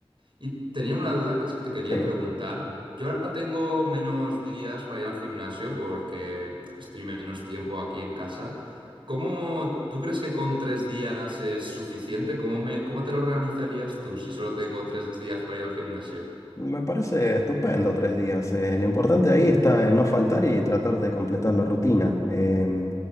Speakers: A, on the right; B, on the left.
A: Y tenía una duda que es que te quería
B: Sí.
A: preguntar. Yo ahora tengo menos días para ir al gimnasio porque estoy menos tiempo aquí en casa. ¿Cómo, tú crees que con tres días es suficiente? ¿Cómo me, cómo te lo organizarías tú si solo tengo tres días para ir al gimnasio?
B: Me parece estupendo tres días. Eh, lo importante ahí está en no faltar y tratar de completar la rutina. Em,